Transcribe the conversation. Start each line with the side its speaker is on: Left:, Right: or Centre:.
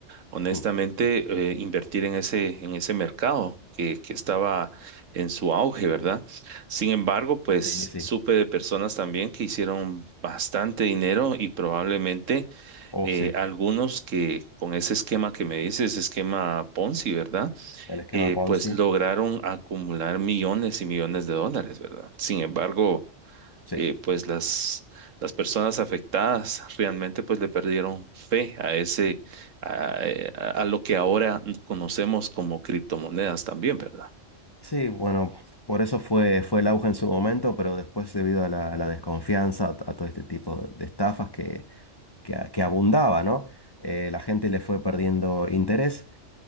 Right: honestamente,
Left: Mm,
Right: eh, invertir en ese, en ese mercado que, que estaba en su auge, ¿verdad? Sin embargo, pues
Left: Sí, Sí. sí.
Right: supe de personas también que hicieron bastante dinero y probablemente
Left: Oh,
Right: eh,
Left: sí.
Right: algunos que con ese esquema que me dices, esquema Ponzi, ¿verdad?
Left: El esquema
Right: Eh,
Left: Ponzi.
Right: pues lograron acumular millones y millones de dólares, ¿verdad? Sin embargo,
Left: Sí.
Right: eh, pues las, las personas afectadas realmente pues le perdieron fe a ese, a, eh, a- a lo que ahora conocemos como criptomonedas también, ¿verdad?
Left: Sí, bueno, por eso fue, fue el auge en su momento, pero después debido a la, a la desconfianza, a, a todo este tipo de estafas que que, a- que abundaba, ¿no? Eh, la gente le fue perdiendo interés